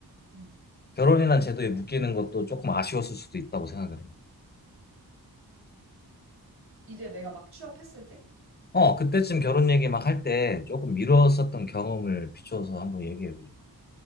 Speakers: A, on the right; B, on the left.
A: 음.
B: 결혼이란 제도에 묶이는 것도 조금 아쉬웠을 수도 있다고 생각을 해요.
A: 이제 내가 막 취업했을 때?
B: 어, 그때쯤 결혼 얘기 막 할 때 조금 미뤘었던 경험을 비춰서 한번 얘기해보죠.